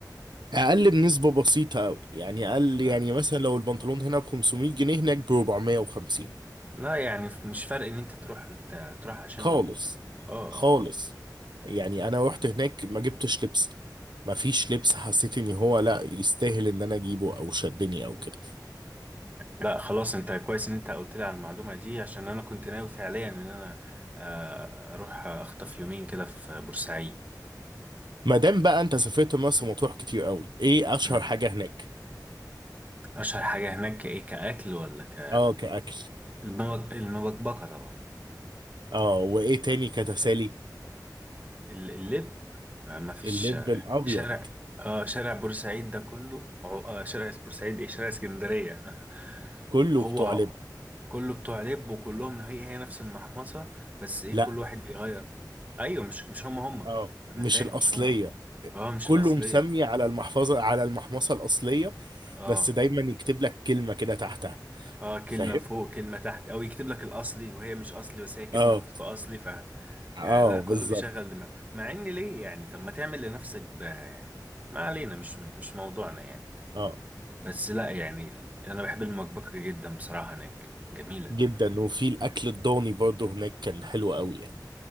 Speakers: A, on the right; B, on the right.
A: اقل بنسبه بسيطه قوي يعني اقل يعني
B: اه
A: مثلا لو البنطلون هنا ب 500 جنيه هناك ب 450
B: لا يعني مش فرق ان انت تروح تروح عشانه
A: خالص
B: اه
A: خالص
B: اه
A: يعني انا رحت هناك ما جبتش لبس ما فيش لبس حسيت ان هو لا يستاهل ان انا اجيبه او شدني او كده
B: لا خلاص انت كويس ان انت قلت لي على المعلومة دي عشان انا كنت ناوي فعليا ان انا آه، اروح اخطف يومين كده في بورسعيد
A: ما دام بقى انت سافرت مرسى مطروح كتير قوي ايه اشهر
B: مم.
A: حاجه هناك
B: اشهر حاجة هناك ايه كأكل ولا ك
A: اه كاكل
B: المبك- المبكبكة طبعا
A: اه وايه تاني كتسالي
B: ال- اللب آه، ما فيش
A: اللب
B: شارع
A: الابيض
B: شارع اه شارع بورسعيد ده كله عو- آه شارع بورسعيد ايه شارع اسكندرية <laughs>
A: كله
B: هو
A: بتوع لب
B: كله بتوع لب وكلهم هي هي نفس المحمصة بس ايه
A: لا
B: كل واحد بيغير ايوه مش مش هم هم
A: اه
B: انا
A: مش
B: فاهم
A: الاصليه
B: مش هم اه مش
A: كله
B: الاصلية
A: مسمي على المحفظه على المحمصه الاصليه
B: اه
A: بس دايما يكتب لك كلمة كده تحتها
B: اه كلمة
A: فاهم
B: فوق كلمة تحت او يكتب لك الاصلي وهي مش اصلي بس هي كلمة
A: اه
B: محطوطة اصلي ف
A: اه
B: يعني لا كله
A: بالظبط
B: بيشغل دماغه مع ان ليه يعني طب ما تعمل لنفسك بها يعني ما علينا مش مش موضوعنا يعني
A: اه
B: بس لا يعني انا بحب المكبكة جدا بصراحة هناك جميلة
A: فجدا وفي الاكل الضاني برضه هناك كان حلو قوي يعني